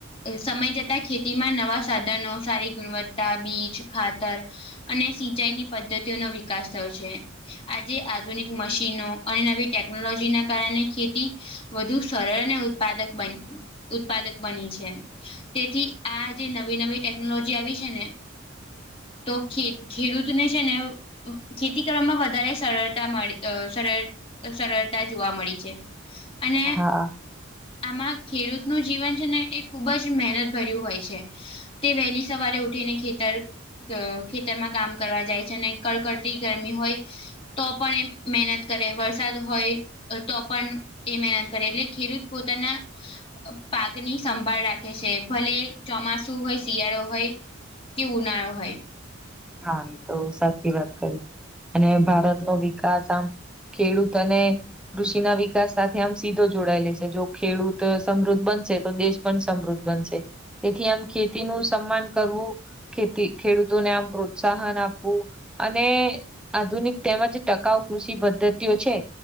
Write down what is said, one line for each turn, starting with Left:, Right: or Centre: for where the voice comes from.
Left: એ સમય જતા ખેતીમાં નવા સાધનો, સારી ગુણવત્તા, બીજ, ખાતર. અને સિંચાઈની પદ્ધતિઓનો વિકાસ થયો છે. આજે આધુનિક મશીનો અને નવી ટેકનોલોજીના કારણે ખેતી વધુ સરળ અને ઉત્પાદક બન ઉત્પાદક બની છે એમ. તેથી આ જે નવી નવી ટેકનોલોજી આવી છે ને. તો ખે ખેડૂતને છે, ને ખેતી કરવામાં વધ વધારે સરળતા મળી અ સરેડ સરળતા જોવા મળી છે. અને
Centre: હા
Left: આમાં ખેડૂતનું જીવન છે ને એ ખુબ જ મહેનતભર્યું હોય છે. તે વહેલી સવારે ઉઠીને ખેતર અ ખેતરમાં કામ કરવા જાય છે અને કડકડતી ગરમી હોય. તો પણ એમ મહેનત કરે વરસાદ હોય. તો પન એ મહેનત કરે, એટલે ખેડૂત પોતાના પાકની સંભાળ રાખે છે. ભલે ચોમાસું હોય, શિયાળો હોય. કે ઉનાળો હોય.
Centre: હા એતો સાચી વાત કરી. અને ભારતનો વિકાસ આમ ખેડૂત અને કૃષિના વિકાસ સાથે આમ સીધો જોડાયેલે છે. જો ખેડૂત સમૃદ્ધ બનશે તો દેશ પણ સમૃદ્ધ બનશે. તેથી આમ ખેતીનું સમ્માન કરવું ખેતી ખેડૂતોને આમ પ્રો પ્રોત્સાહન આપવું અને આધુનિક તેમજ ટકાઉ કૃષિ પદ્ધતિઓ છે.